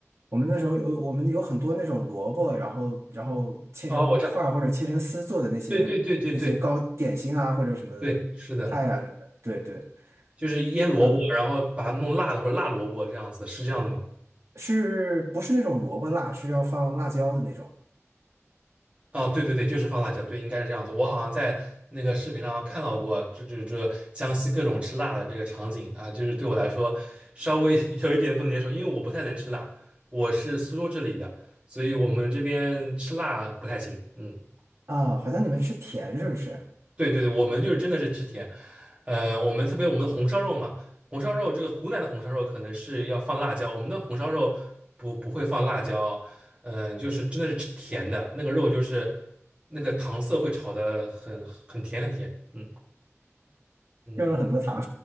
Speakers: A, on the right (about 65°); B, on the right (about 25°).
A: 我们那时候有我们有很多那种萝卜，然后然后切成块儿或者切成丝做的那些那些糕点心啊或者什么
B: 哦，我知道，对对对对对对，是的，
A: 菜啊什么的对对，
B: 就是腌萝卜，
A: 嗯，
B: 然后把它弄辣的或者辣萝卜这样子，是这样子吗？
A: 是不是那种萝卜辣，是要放辣椒的那种
B: 哦，对对对，就是放辣椒，对，应该是这样子。我好像在那个视频上看到过，这这这江西各种吃辣的这个场景啊，就是对我来说稍微 <laughs> 有一点不能接受，因为我不太能吃辣，我是苏州这里的，所以我们这边吃辣不太行。嗯。
A: 啊？好像你们吃甜是不是？
B: 对对对，我们就是真的是吃甜，呃，我们特别我们的红烧肉嘛，红烧肉这个湖南的红烧肉可能是要放辣椒，我们的红烧肉不不会放辣椒，嗯、就是真的是吃甜的，那个肉就是那个糖色会炒的很很甜很甜，嗯嗯，
A: 用了很多糖。